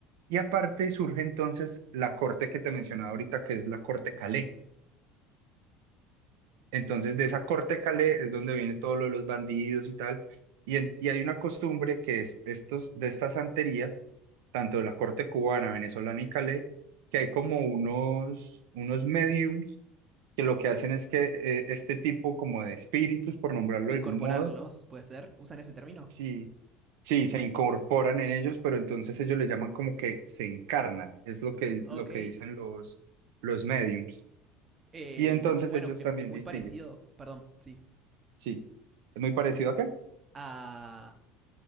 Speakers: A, on the right; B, on the right.
A: y aparte surge entonces la corte que te mencionaba ahorita, que es la corte Calé. Entonces de esa corte Calé es donde viene todo lo de los bandidos y tal. Y, en- y hay una costumbre que es estos, de esta santería tanto de la corte cubana, venezolana y calé que hay como unos, unos mediums que lo que hacen es que eh, este tipo como de espíritus, por nombrarlo
B: Incorporarlos,
A: de algún modo,
B: ¿puede ser? ¿Usan ese término?
A: sí, sí, se incorporan en ellos, pero entonces ellos le llaman como que se encarnan, es lo que,
B: Ok.
A: lo que dicen los, los mediums.
B: Em,
A: Y entonces
B: bueno,
A: ellos
B: em-
A: también
B: es muy
A: distinguen,
B: parecido, perdón, sí.
A: sí, es muy parecido acá.
B: A...